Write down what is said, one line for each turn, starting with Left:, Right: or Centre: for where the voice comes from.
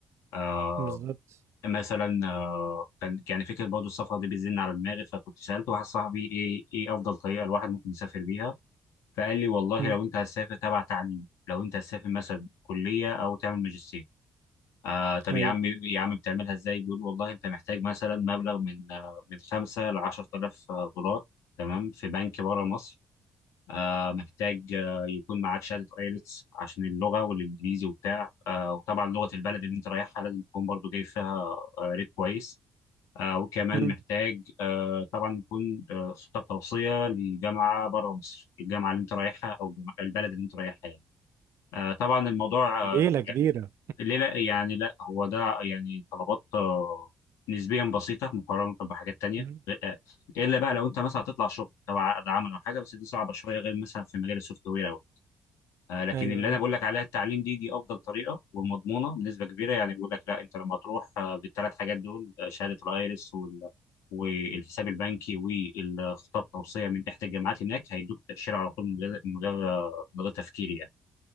Left: آه،
Right: بالظبط
Left: مثلا آه، كان يعني فكره برضه السفر دي بتزن على دماغي فكنت سالت واحد صاحبي ايه ايه افضل طريقه الواحد ممكن يسافر بيها فقال لي والله
Right: امم
Left: لو انت هتسافر تبع تعليم لو انت هتسافر مثلا كليه او تعمل ماجستير آه طب
Right: ايوه
Left: يا عم يا عم بتعملها ازاي بيقول والله انت محتاج مثلا مبلغ من آه، من 5 ل 10000 دولار تمام في بنك بره مصر آه محتاج آه، يكون معاك شهاده ايلتس عشان اللغه والانجليزي وبتاع آه وطبعا لغه البلد اللي انت رايحها لازم تكون برضه جايب فيها آه، ريت كويس آه، وكمان
Right: امم
Left: محتاج آه، طبعا يكون آه، خطة توصية لجامعة بره مصر الجامعة اللي انت رايحها او جم- البلد اللي انت رايحها يعني آه، طبعا الموضوع
Right: ليلة
Left: آه،
Right: كبيرة
Left: يع- ليه لا يعني لا هو ده يعني طلبات آه، نسبيا بسيطة مقارنة بحاجات تانية
Right: امم
Left: آه، إلا بقى لو أنت مثلا هتطلع شغل تبع عقد عمل أو حاجة بس دي صعبة شوية غير مثلا في مجال السوفت وير آه، لكن
Right: ايوه
Left: اللي
Right: ايوه
Left: انا بقول لك عليها التعليم دي دي افضل طريقه ومضمونه بنسبه كبيره يعني بيقول لك لا انت لما تروح آه، بالثلاث حاجات دول آه، شهاده الايرس وال والحساب البنكي والخطاب توصيه من احدى الجامعات هناك هيدوك تاشيره على طول من غير من غير آه، من غير تفكير يعني